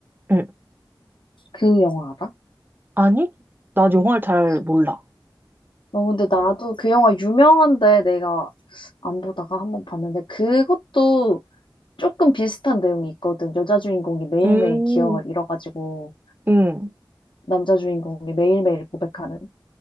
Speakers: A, on the right; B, on the left.
A: 응.
B: 그 영화 알아?
A: 아니? 나 영화를 잘
B: 그
A: 몰라.
B: 어, 근데 나도 그 영화 유명한데 내가 안 보다가 한번 봤는데 그것도 조금 비슷한 내용이 있거든. 여자 주인공이 매일매일
A: 음,
B: 기억을 잃어가지고
A: 음,
B: 남자 주인공이 매일매일 고백하는.